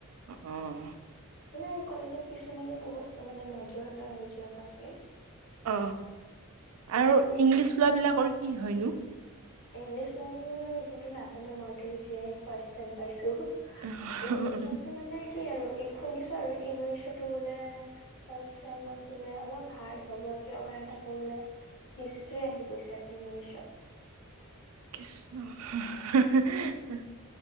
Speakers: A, on the right; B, on the left.
A: উম।
B: আৰু কলেজত কিছুমানে বহুত মানে মেজৰ ন আৰু জিঅ'গ্ৰাফিত।
A: অ আৰু ইংলিছ লোৱা বিলাকৰ কি হয়নো।
B: ইংলিছ লোৱা বিলাকৰ এইতো নাজানো মইতো এতিয়াহে ফাৰ্ষ্ট ছেম পাইছো।
A: <unintelligible>
B: ইংলিছতো মানে কি আৰু শুনিছো আৰু ইংলিছতো বোলে ফাৰ্ষ্ট চেমত বোলে অলপ হাৰ্ড ভবাস কাৰণে তাতে বোলে হিছ আহি গৈছে ইংলিছত।
A: কৃষ্ণ। হি হি হি।